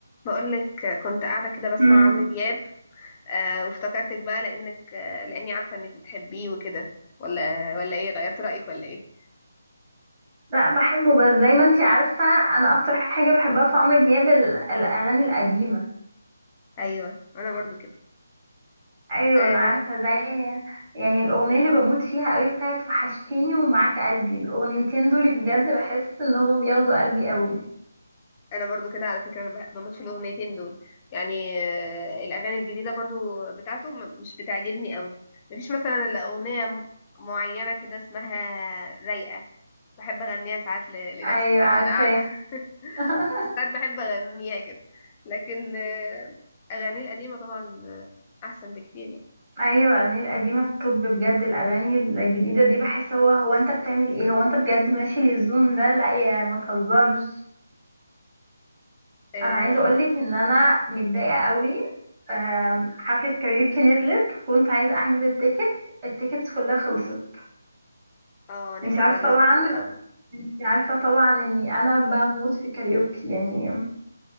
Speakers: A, on the left; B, on the right.
A: بقولك كنت قاعدة كده بسمع
B: مم.
A: عمرو دياب آه وافتكرتك بقى لأنك آه لأني عارفة إنك بتحبيه وكده ولا ولا إيه غيرت رأيك ولا إيه؟
B: لا بحبه بس زي ما انتي عارفة انا اكتر حاجة بحبها في عمرو دياب ال- الاغاني القديمة
A: أيوه أنا برضو كده
B: ايوه
A: آه
B: انا عارفة زي يعني الاغنية اللي بموت فيها قوي بتاعت وحشتيني ومعاك قلبي الاغنيتين دول بجد بحس ان هما بياخدوا قلبي قوي
A: أنا برضو كده على فكرة أنا بح- بموت في الأغنيتين دول يعني آه الأغاني الجديدة برضو بتاعته م- مش بتعجبني قوي مفيش مثلا إلا أغنية م- معينة كده اسمها رايقة بحب أغنيها ساعات ل- لنفسي
B: ايوه
A: كده
B: عارفاه
A: وأنا قاعدة <laughs>
B: <laughs>
A: ساعات بحب اغنيها كده لكن آه، اغانيه القديمه طبعا آه، احسن بكتير يعني
B: ايوه الاغاني القديمة طب بجد الاغاني الجديدة دي بحس هو هو انت بتعمل ايه هو انت بجد ماشي للزون ده لا يا ما تهزرش
A: اه
B: انا عايزه اقولك ان انا متضايقه قوي أم، حفله كاريوكي نزلت كنت عايزه احجز التيكتس التيكتس كلها خلصت
A: آه، نفسي
B: انت عارفه
A: احضر
B: طبعا
A: لهم حفله قوي
B: انت عارفه طبعا اني انا بموت في كاريوكي يعني